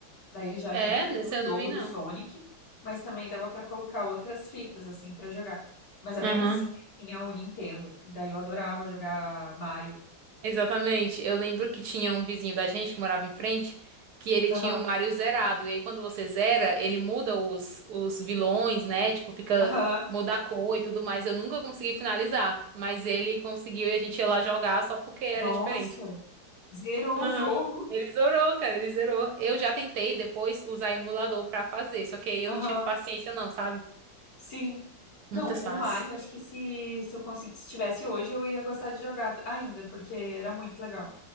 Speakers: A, on the left; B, on the right.
A: Daí ele já
B: É,
A: vinha com
B: esse
A: um
B: eu
A: jogo
B: não vi,
A: do
B: não.
A: Sonic, mas também dava pra colocar outras fitas, assim, pra jogar. Mas a minha
B: Aham,
A: vizinha tinha o Nintendo, daí eu adorava jogar Mario.
B: exatamente. Eu lembro que tinha um vizinho da gente que morava em frente, que ele
A: Aham,
B: tinha o Mario zerado. E aí, quando você zera, ele muda os, os vilões, né? Tipo, fica,
A: aham.
B: muda a cor e tudo mais. Eu nunca consegui finalizar, mas ele conseguiu e a gente ia lá jogar só porque era
A: Nossa,
B: diferente.
A: zerou
B: Aham.
A: o jogo.
B: Ele zerou, cara, ele zerou. Eu já tentei depois usar emulador pra fazer, só que aí eu
A: Aham,
B: não tive paciência, não, sabe?
A: sim. Não,
B: Muitas
A: o
B: fases.
A: Mario, acho que se, se eu conseguisse, se tivesse hoje, eu ia gostar de jogar ainda, porque era muito legal,